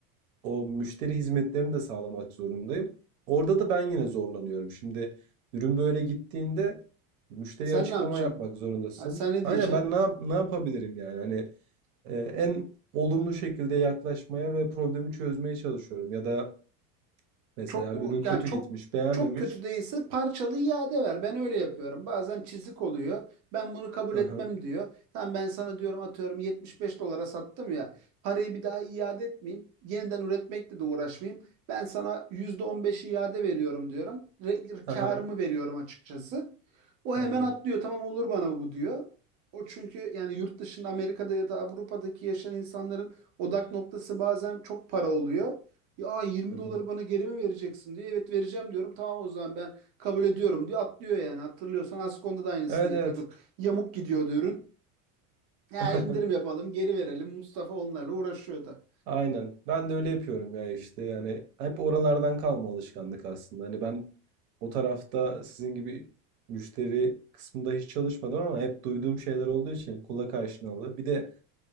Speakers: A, on the right; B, on the right.
A: o müşteri hizmetlerini de sağlamak zorundayım. Orada da ben yine zorlanıyorum. Şimdi ürün böyle gittiğinde müşteriye
B: Sen
A: açıklama
B: ne yapacaksın?
A: yapmak zorundasın.
B: Ha, sen ne
A: Aynen
B: diyeceksin?
A: ben ne, yap- ne yapabilirim yani? Hani e, en olumlu şekilde yaklaşmaya ve problemi çözmeye çalışıyorum. Ya da mesela
B: Çok mu
A: ürün kötü
B: yani çok
A: gitmiş, beğenmemiş.
B: çok kötü değilse parçalı iade ver. Ben öyle yapıyorum. Bazen çizik oluyor. Ben bunu kabul etmem
A: Aha,
B: diyor. Tamam ben sana diyorum atıyorum 75 dolara sattım ya. Parayı bir daha iade etmeyeyim. Yeniden üretmekle de uğraşmayayım. Ben sana %15 iade veriyorum diyorum. Re-
A: aha,
B: Karımı veriyorum açıkçası. O
A: aha.
B: hemen atlıyor. Tamam olur bana bu diyor. O çünkü yani yurt dışında Amerika'da ya da Avrupa'daki yaşayan insanların odak noktası bazen çok para oluyor. Ya 20
A: hı
B: doları
A: hı.
B: bana geri mi vereceksin diye. Evet vereceğim diyorum. Tamam o zaman ben kabul ediyorum diyor. Atlıyor yani. Hatırlıyorsan Askon'da da aynısını
A: Evet
B: yapıyorduk.
A: evet.
B: Yamuk gidiyordu ürün. Ya
A: <laughs>
B: indirim yapalım, geri verelim. Mustafa onlarla uğraşıyordu.
A: Aynen. Ben de öyle yapıyorum ya işte. Yani hep oralardan kalma alışkanlık aslında. Hani ben o tarafta sizin gibi müşteri kısmında hiç çalışmadım ama hep duyduğum şeyler olduğu için kulak aşinalı. Bir de